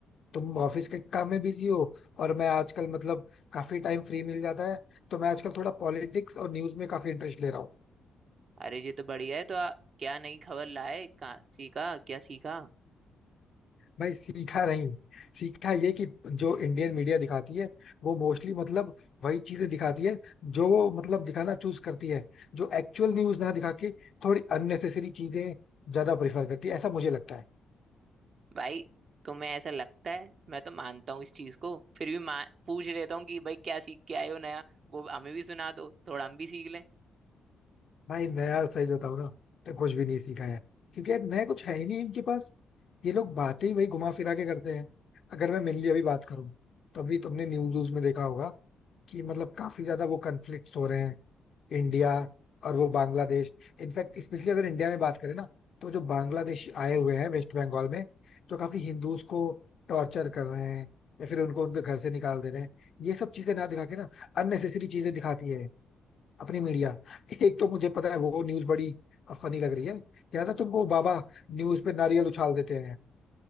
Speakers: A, on the left; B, on the right.
A: तुम ऑफिस के काम में बिजी हो और मैं आजकल मतलब काफी टाइम फ्री मिल जाता है तो मैं आजकल थोड़ा पॉलिटिक्स और न्यूज में काफी इंटरेस्ट ले रहा हूँ
B: अरे ये तो बढ़िया है तो आ, क्या नई खबर लाए कहाँ सीखा क्या सीखा
A: भाई सीखा नहीं सीखा ये कि जो इंडियन मीडिया दिखाती है वो मोस्टली मतलब वही चीजें दिखाती है जो वो मतलब दिखाना चूज करती है जो एक्चुअल न्यूज ना दिखा के थोड़ी अननेसेसरी चीजें ज्यादा प्रेफर करती है ऐसा मुझे लगता है
B: भाई तुम्हें ऐसा लगता है मैं तो मानता हूँ इस चीज को फिर भी मा- पूछ लेता हूँ कि भाई क्या सीख के आए हो नया वो हमें भी सुना दो थोड़ा हम भी सीख लें
A: भाई नया सही बताऊं ना तो कुछ भी नहीं सीखा है क्योंकि यार नया कुछ है ही नहीं इनके पास ये लोग बातें ही वही घुमा फिरा के करते हैं अगर मैं मेनली अभी बात करूं तो अभी तुमने न्यूज व्यूज में देखा होगा कि मतलब काफी ज्यादा वो कन्फ्लिक्ट हो रहे हैं इंडिया और वो बांग्लादेश इनफैक्ट स्पेशली अगर इंडिया में बात करें ना तो जो बांग्लादेशी आए हुए हैं वेस्ट बंगाल में जो काफी हिंदूज को टॉर्चर कर रहे हैं या फिर उनको उनके घर से निकाल दे रहे हैं ये सब चीजें ना दिखा के ना अननेसेसरी चीजें दिखाती है अपनी मीडिया एक तो मुझे पता है वो न्यूज बड़ी फनी लग रही है याद है तुमको बाबा न्यूज पे नारियल उछाल देते हैं